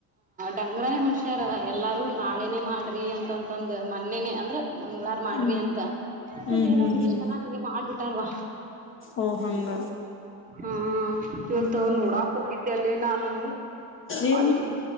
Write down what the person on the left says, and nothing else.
ಹ್ಮ್
ಹ್ಮ್
ಹ್ಮ್
ಹ್ಮ್
ಓ ಹಂಗ
ಹ್ಮ್
ಏನ್